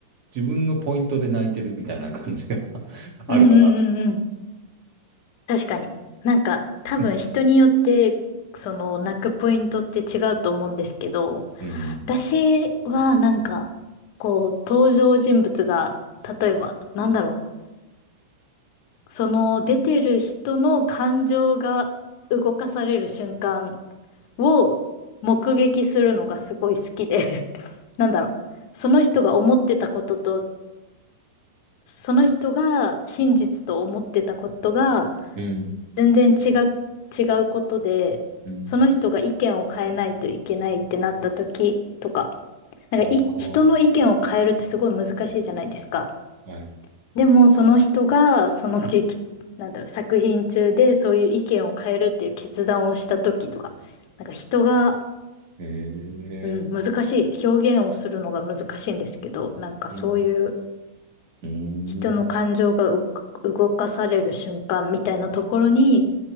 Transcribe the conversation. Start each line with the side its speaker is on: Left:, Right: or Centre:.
Right: 自分のポイントで泣いてるみたいな感じが <laughs> あるから。
Left: うんうんうんうん。確かに。なんか多分人によって、
Right: うん。
Left: その泣くポイントって違うと思うんですけど、
Right: うん。
Left: 私はなんか、こう、登場人物が、例えば、なんだろう。その出てる人の感情が動かされる瞬間を目撃するのがすごい好きで、<laughs> なんだろう、その人が思ってたことと、その人が真実と思ってたことが
Right: うん。
Left: 全然違う、違うことで、
Right: うん。
Left: その人が意見を変えないといけないってなった時とか、なんかい、
Right: ああー、
Left: 人の意見を変えるってすごい難しいじゃないですか。
Right: はい。
Left: でも、その人が、その劇、なんだろう、作品中でそういう意見を変えるっていう決断をした時とか、なんか人が、
Right: へえ。
Left: うん、難しい、表現をするのが難しいんですけど、なんかそういう
Right: うん。うん。
Left: 人の感情が動か動かされる瞬間みたいなところに、